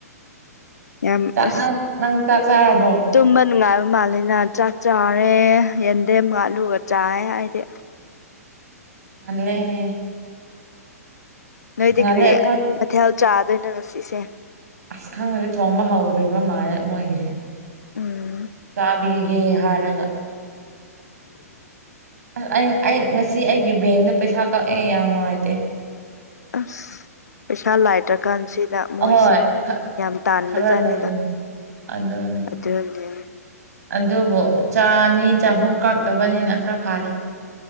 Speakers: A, on the left; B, on the right.
A: ꯌꯥꯝ
B: ꯆꯥꯛ
A: ꯑꯁ
B: ꯅꯪ ꯅꯪ ꯆꯥꯛ ꯆꯥꯔꯕꯣ
A: ꯇꯨꯝꯕ ꯅꯨꯡꯉꯥꯏꯕ ꯃꯥꯜꯂꯤꯅ ꯆꯥꯛ ꯆꯥꯔꯦ ꯌꯦꯟꯗꯦꯝꯒ ꯑꯂꯨꯒ ꯆꯥꯏ ꯑꯩꯗꯤ
B: ꯉꯜꯂꯦꯍꯦ
A: ꯅꯣꯏꯗꯤ
B: ꯉꯜꯂꯦ
A: ꯀ꯭ꯔꯤ
B: ꯑꯩꯈꯣꯏ
A: ꯃꯊꯦꯜ ꯆꯥꯗꯣꯏꯅꯣ ꯉꯁꯤꯁꯦ
B: ꯑꯁ ꯈꯪꯗ꯭ꯔꯤ ꯊꯣꯡꯕ ꯍꯧꯗ꯭ꯔꯤꯕ ꯃꯥꯜꯂꯦ ꯃꯣꯏꯒꯤꯁꯦ
A: ꯎꯝ
B: ꯆꯥꯛ ꯕꯤꯒꯦ ꯍꯥꯏꯔꯒ ꯑꯁ ꯑꯩ ꯑꯩ ꯉꯁꯤ ꯑꯩꯒꯤ ꯕꯦꯡꯗ ꯄꯩꯁꯥ ꯀꯛꯑꯦ ꯌꯥꯝ ꯅꯨꯡꯉꯥꯏꯇꯦ
A: ꯑꯁ ꯄꯩꯁꯥ ꯂꯥꯏꯇ꯭ꯔꯀꯥꯟꯁꯤꯗ ꯃꯣꯏꯁꯦ
B: ꯑꯍꯣꯏ
A: ꯌꯥꯝ ꯇꯥꯟꯕꯖꯥꯠꯅꯤꯗ
B: ꯈꯔ ꯂꯩꯌꯨ ꯑꯗꯨꯅꯦ
A: ꯑꯗꯨꯅꯤ
B: ꯑꯗꯨꯕꯨ ꯆꯥꯅꯤ ꯆꯍꯨꯝ ꯀꯥꯛꯇꯕꯅꯤꯅ ꯈꯔ ꯐꯥꯔꯦ